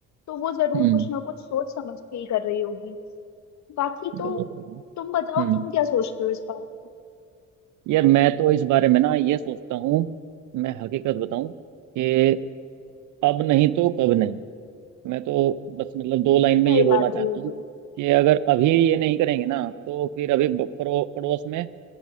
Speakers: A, on the left; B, on the right.
A: तो वो जरूर
B: हम्म
A: कुछ ना कुछ सोच समझ के ही कर रही होगी बाकी तो
B: बहुत बढ़िया
A: तुम बताओ
B: हम्म
A: तुम क्या सोचते हो इस बारे में
B: यार मैं तो इस बारे में ना ये सोचता हूँ मैं हकीकत बताऊं कि अब नहीं तो कब नहीं मैं तो बस मतलब दो लाइन में
A: सही
B: ये बोलना
A: बात
B: चाहता
A: है ये
B: हूँ
A: तो
B: कि अगर अभी ये नहीं करेंगे ना तो फिर अभी ब- पड़ो, पड़ोस में अ,